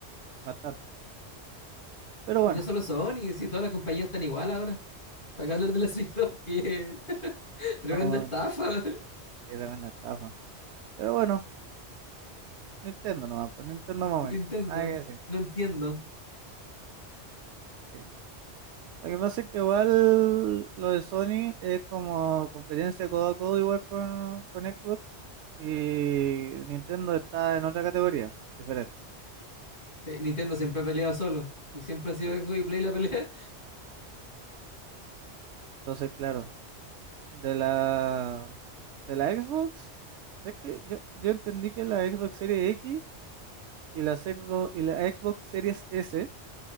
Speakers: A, on the right; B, on the left.
A: bastante. Pero bueno,
B: Y no solo Sony, si todas las compañías están igual ahora. ¿Para qué hablar de la Switch 2? Que <laughs> tremenda
A: no,
B: estafa, <laughs>
A: qué tremenda estafa. Pero bueno, Nintendo nomás, pues Nintendo momento,
B: Nintendo.
A: nada que decir.
B: No entiendo.
A: Sí. Lo que pasa es que igual lo de Sony es como competencia codo a codo igual con, con Xbox y Nintendo está en otra categoría, diferente.
B: Eh, Nintendo siempre ha peleado solo. Y siempre ha sido
A: Sí.
B: Xbox y Play la pelea.
A: Entonces, claro, de la, de la Xbox, es que yo, yo entendí que la Xbox Series X y la Xbox, y la Xbox Series S